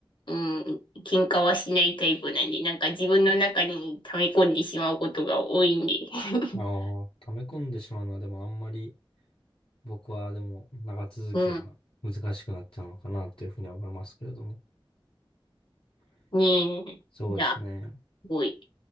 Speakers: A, on the left; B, on the left.
A: うん、喧嘩はしないタイプなんで、なんか自分の中に溜め込んでしまうことが多いんで。<laughs>
B: ああ、溜め込んでしまうのはでもあんまり、僕はでも長続きは難しくなっちゃうのかなというふうには思いますけれども。
A: うん。ねえ。いや、
B: そうですね。
A: すごい。